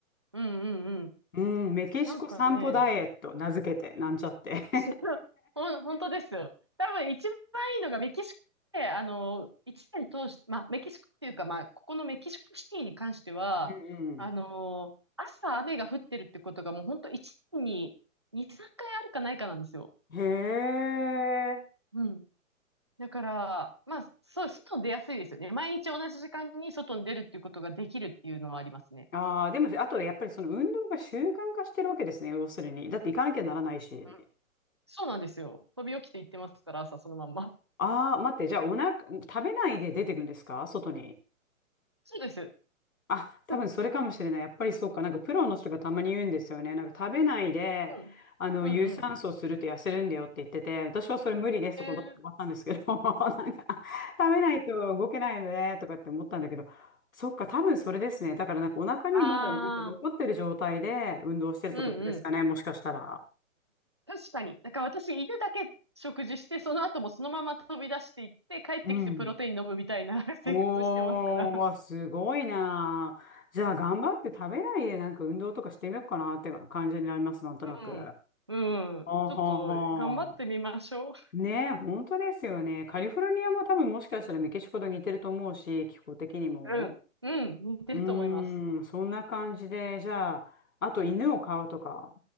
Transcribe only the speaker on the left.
うん、メキシコ散歩ダイエット、
名付けて、なんちゃって。<laughs>
うん
うん。へえ。
ああ、でも、あとやっぱりその運動が習慣化してるわけですね、要するに。だって行かなきゃならないし。
ああ、待って、じゃあお腹、食べないで出てくんですか外に。
あ、多分それかもしれない。
やっぱりそうか。なんかプロの人がたまに言うんですよね。なんか食べないで、
あの、有酸素すると痩せるんだよって言ってて、私はそれ無理ですと断ったんですけど、
<laughs> なんか、食べないと動けないよねとかって思ったんだけど、そっか、多分それですね。だからなんかお腹にまだなんか残ってる状態で運動してるってことですかね。
もしかしたら。
うん。
おー、わ、すごいなあ。じゃあ、頑張って食べないで、なんか運動とかしてみようかなって感じになります、なんとなく。
ほうほうほ
う。ねえ、本当ですよね。カリフォルニアも多分もしかしたらメキシコと似てると思うし、気候的にも。
うーん、そんな感じで、じゃあ、あと犬を飼うとか、